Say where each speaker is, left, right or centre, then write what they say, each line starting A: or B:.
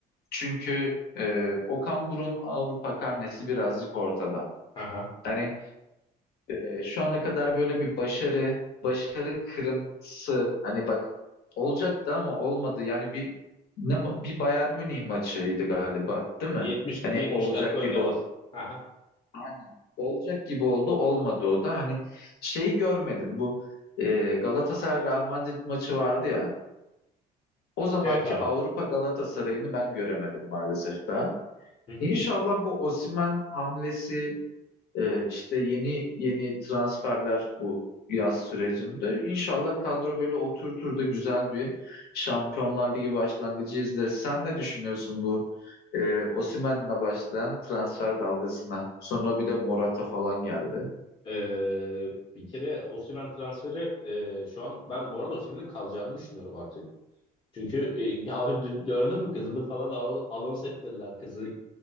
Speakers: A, on the left; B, on the left.
A: Çünkü e, Okan Buruk'un Avrupa karnesi birazcık ortada.
B: Aha
A: Hani e, şu ana kadar böyle bir başarı, başarı kırıntısı hani bak olacaktı ama olmadı. Yani bir ne ma- bir Bayern Münih maçıydı galiba, değil mi?
B: 70,
A: Hani
B: da- 70
A: olacak
B: dakika
A: gibi
B: önüne
A: ol.
B: bas. Aha
A: Aynen. Olacak gibi oldu, olmadı o da. Hani şey görmedim bu e, Galatasaray Real Madrid maçı vardı ya. O zamanki
B: Evet abi.
A: Avrupa Galatasaray'ını ben göremedim maalesef daha.
B: <laughs>
A: İnşallah bu Osimhen hamlesi e, işte yeni yeni transferler bu yaz sürecinde İnşallah kadro böyle oturtur da güzel bir Şampiyonlar Ligi başlangıcı izleriz. Sen ne düşünüyorsun bu e, Osimhen'le başlayan transfer dalgasına? Sonra bir de Morata falan geldi.
B: Ee, bir kere Osimhen transferi e, şu an ben bu arada Osimhen'in kalacağını düşünüyorum artık. Çünkü e, <laughs> ya abi dün gördün mü kızını falan al- anons ettirdiler. Kızına